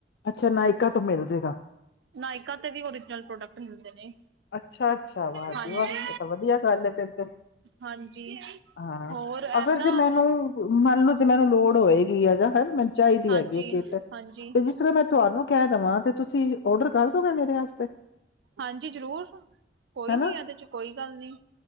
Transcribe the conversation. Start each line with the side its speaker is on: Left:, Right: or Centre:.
Left: ਅੱਛਾ ਨਾਇਕਾ ਤੋਂ ਮਿਲ ਜੇਗਾ।
Right: ਨਾਇਕਾ ਤੇ ਵੀ ਓਰੀਜਨਲ ਪ੍ਰੋਡਕਟ ਮਿਲਦੇ ਨੇ।
Left: ਅੱਛਾ ਅੱਛਾ ਵਾਅ
Right: ਹਾਂਜੀ
Left: ਜੀ ਵਾਅ ਇਹ ਤਾਂ ਵਧੀਆ ਗੱਲ ਐ ਫਿਰ ਤੇ।
Right: ਹਾਂਜੀ
Left: ਹਾਂ,
Right: ਹੋਰ
Left: ਅਗਰ
Right: ਏਦਾਂ
Left: ਜੇ ਮੈਨੂੰ ਮੰਨਲੋ ਜੇ ਮੈਨੂੰ ਲੋੜ ਹੋਏਗੀ ਆ ਜਾਂ ਹਨਾ ਮੈਨੂੰ ਚਾਈਦੀ
Right: ਹਾਂਜੀ
Left: ਹੈਗੀ ਆ ਕਿੱਟ
Right: ਹਾਂਜੀ
Left: ਤੇ ਜਿਸ ਤਰ੍ਹਾਂ ਮੈਂ ਤੁਆਨੂੰ ਕੈਅ ਦਵਾਂ ਤੇ ਤੁਸੀਂ ਔਡਰ ਕਰ ਦੋਗੇ ਮੇਰੇ ਆਸਤੇ।
Right: ਹਾਂਜੀ ਜ਼ਰੂਰ ਕੋਈ
Left: ਹਨਾ
Right: ਨੀ ਇਹਦੇ ਚ ਕੋਈ ਗੱਲ ਨੀਂ,